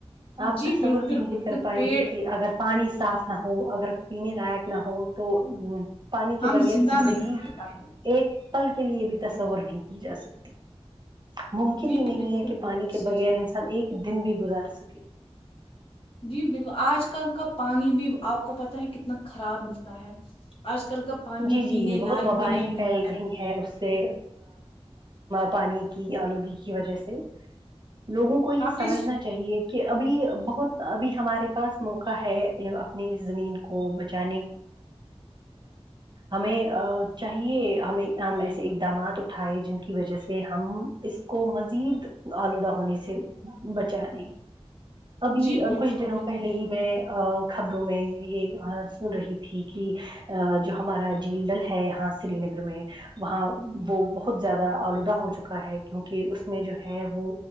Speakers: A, on the right; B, on the left.
A: آپ
B: جی
A: تصور
B: بالکل
A: بھی نہیں
B: بالکل
A: کر پائیں
B: پیڑ
A: گے کہ اگر پانی صاف نہ ہو اگر پینے لائق نہ ہو تو پانی
B: ہم
A: کے بغیر
B: زندہ
A: زندگی
B: نہیں کر پائیں گے
A: ایک پل کے لیے بھی تصور نہیں کی جا سکتی ممکن
B: جی
A: ہی نہیں
B: بالکل
A: ہے کہ
B: بالکل
A: پانی کے
B: صحیح
A: بغیر انسان ایک دن بھی گزار سکے
B: جی بالکل آج کل کا پانی بھی آپ کو پتا ہے کتنا خراب ملتا ہے آج کل کا پانی
A: جی
B: پینے
A: جی بہت
B: لائق
A: وبائیں
B: بھی نہیں
A: پھیل
B: ملتا ہے
A: رہی ہیں اس سے پانی کی آلودگی کی وجہ سے لوگوں کو یہ
B: آپ
A: سمجھنا
B: نے
A: چاہیے کہ کہ ابھی بہت ابھی ہمارے پاس موقع ہے اپنی اس زمین کو بچانے ہمیں چاہیے ہمیں ہم ایسے اقدامات اٹھائے جن کی وجہ سے ہم اس کو مزید آلودہ ہونے سے بچا یں ابھی
B: جی بالکل
A: کچھ دنوں
B: ب
A: پہلے ہی میں خبروں میں یہ سن رہی تھی کئ جو ہمارا منڈل ہے یہاں سری نگر میں وہاں وہ بہت زیادہ آلودہ ہو چکا ہے کیونکہ اس میں جو ہے وہ